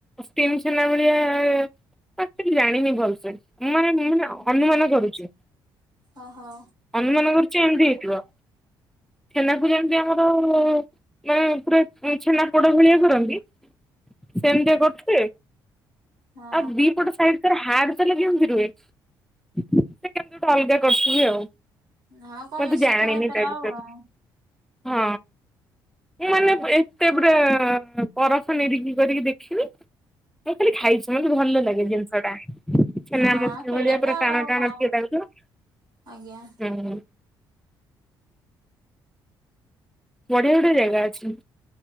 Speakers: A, in the centre; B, on the right (about 75°).
A: ଷ୍ଟିମଛେନା ମିଳିବା ଆକଟ୍ୟୁଆଲି ଜାଣିନି ଭଲସେ ମୁଁ ମାନେ ମୁଁ ମାନେ
B: ଓ
A: ଅନୁମାନ କରୁଚି।
B: ହୋ ହଁ
A: ଅନୁମାନ କରୁଚି ଏମିତି ହେଇଥିବ। ଛେନାକୁ ଯେମିତି ଆମର ଓ ମାନେ ପୁରା ଛେନାପୋଡ ଭଳିଆ କରନ୍ତି ସେମତିଆ କରୁ ଥିବେ
B: ହଁ
A: ଆଉ <unintelligible> ଗୋଟେ ସାଇଡ ତାର ହାଡ ତାହେଲେ କେମିତି ରୁହେ ସେ କେମିତି ଗୋଟେ ଅଲଗା କରିୁଥିବେ ଆଉ।
B: ହଁ କଣ
A: ମୁ ଏତେ
B: ମିଶୁଥିବ
A: ଜାଣିନି
B: ସେଥିରେ
A: ତା
B: ଆଉ
A: ବିଷୟରେ,
B: ହଁ
A: ହଁ ମୁଁ ମାନେ ଏତେ ପୂରା ପରଖ ନିରିଖି କରିକି ଦେଖିନି। ମୁଁ ଖାଲି ଖାଇଛି ମତେ ଭଲ ଲାଗେ ଜିନିଷ ଟା ଛେନା
B: ହଁ
A: ମୁଡ଼କି
B: ସେଇଆ
A: ଭଳିୟା ପୁରା
B: ତ
A: ଟାଣ
B: ଆଉ
A: ଟାଣ
B: କଣ
A: ଟିକେ ଲାଗୁଥିବ।
B: ଆଜ୍ଞା
A: ହୁଁ ବଢିଆ ବଢିଆ ଜାଗା ଅଛି